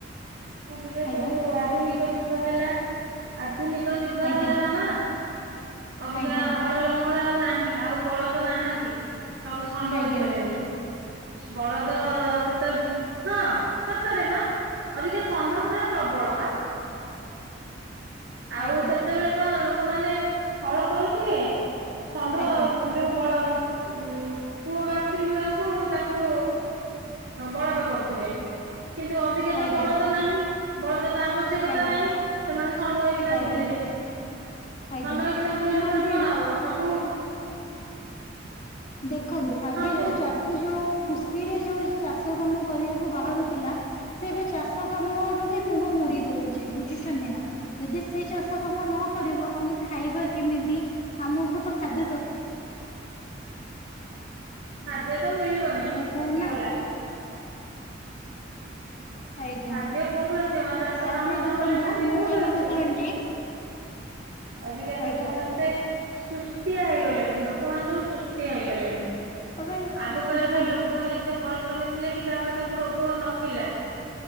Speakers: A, on the right (about 80°); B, on the left (about 40°).
A: ଏଵିକା
B: ହ୍ୟାଲୋ
A: ସବୁ ଆଧୁନିକ ଯୁଗ ହେଲା। ଆଧୁନିକ ଯୁଗ
B: ଆଜ୍ଞା
A: ହେଲା ନା ମା, ଅବିକା
B: ଆଜ୍ଞା
A: ହଳ ଲ ଙ୍ଗଳ ଆଉ ନାହିଁ ଆଉ ବଳଦ ନାହାନ୍ତି। ସବୁ ଷଣ୍ଡ
B: ଆଜ୍ଞା
A: ହେଇଗଲେଣି। ବଳଦ ସେ ହଁ ସତରେ ପା। ଅବିକା ଷଣ୍ଢ ପୁରା ପ୍ରବଳ ବା। ଆଉ
B: ଆଜ୍ଞା
A: ସେତେବେଳେ କଣ ଲୋ ଲୋକମାନେ ହଳ କରୁଥିଲେ ଷଣ୍ଢ
B: ଆଜ୍ଞା
A: ଯୋଉ ବଳ ଉ ପୁଅ ବାଛୁରୀ ଗୁଡାଙ୍କୁ ତାଙ୍କୁ ବଳଦ କରୁଥିଲେ। କିନ୍ତୁ ଅବିକା
B: ଆଜ୍ଞା
A: ତ ବଳଦ ନାହିଁ। ବଳଦ ତ ଆବଶ୍ୟକ ଆବଶ୍ୟକତା
B: ଆଜ୍ଞା
A: ନାହିଁ। ସେମାନେ ଷଣ୍ଢ ହେଇକିନା
B: ଆଜ୍ଞା
A: ବୁଲିଲେ।
B: ଆଜ୍ଞା
A: ଷଣ୍ଢ ହେଇକିନା ବୁଲିଲା
B: କିନ୍ତୁ
A: ପରେ
B: ଆଣ୍ଟି
A: କଣ ହବ ସବୁ
B: ଦେଖନ୍ତୁ ଆଗେ
A: ହଁ କୁହନ୍ତୁ।
B: ଯୋଉ ଚାଷୀ ଯୋଉ ଖୁସିରେ ଯୋଉ ଚାଷ କାମ କରିବାକୁ ବାହାରୁଥିଲା ସେ ଏବେ ଚାଷ କାମରୁ ବି ମୁହଁ ମୋଡି। ଦଉଛି ବୁଝିଛନ୍ତି ନା? ଯଦି ସେ ଚାଷ କାମ ନ କରିବ ଆମେ ଖାଇବା କେମିତି? ଆମକୁ ତ ଖାଦ୍ୟ ଦର
A: ଖାଦ୍ୟ ତ ମିଳିବନି।
B: ରକାର
A: କଟିଗଲା।
B: ନା। ଆଜ୍ଞା
A: ଖାଦ୍ୟ କୋଉଠୁ ଆସିବ, ଚାଷ
B: ତାପରେ
A: କାମ ନ
B: ଦେଖନ୍ତୁ
A: କଲେ ଖାଦ୍ୟ
B: ମୁଁ
A: କୋଉଠୁ
B: କହିବା
A: ଆସିବ?
B: କଥା ଆଣ୍ଟି
A: ଅବିକା ତ
B: ଆଜ୍ଞା
A: ସମସ୍ତେ ସୁସ୍ଥିଆ ହେଇଗଲେଣିି। ଲୋକମାନେ ସବୁ ସୁସ୍ ଥିଆ ହେଇଗଲେଣି।
B: ତାପରେ
A: ଆଗ କାଳରେ
B: ଦେଖନ୍ତୁ
A: ଲୋକମାନେ
B: ଏ-
A: ଏତେ ପରିଶ୍ରମୀ ଥିଲେ କି ଯାହାଫରେ ତାଙ୍କୁ ରୋଗ ନଥିଲା।